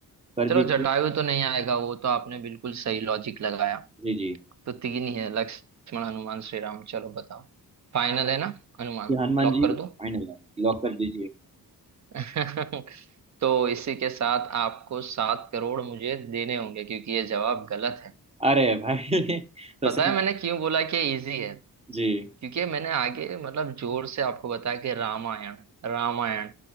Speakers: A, on the right; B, on the right.
A: कर
B: चलो
A: दीजिए
B: जटायु तो नहीं आएगा वो तो आपने बिल्कुल सही लॉजिक लगाया
A: जी जी
B: तो तीन ही है लक्ष्मण हनुमान श्री राम चलो बताओ फाइनल है ना हनुमान
A: ये हनुमान
B: लॉक
A: जी
B: कर
A: फाइनल
B: दो
A: है लॉक कर दीजिए
B: <laughs> तो इसी के साथ आपको सात करोड़ मुझे देने होंगे क्योंकि ये जवाब गलत है
A: अरे भाई <laughs> तो
B: पता
A: सही
B: है मैंने क्यों बोला कि इजी है
A: जी
B: क्योंकि मैंने आगे मतलब जोर से आपको बताया कि रामायण रामायण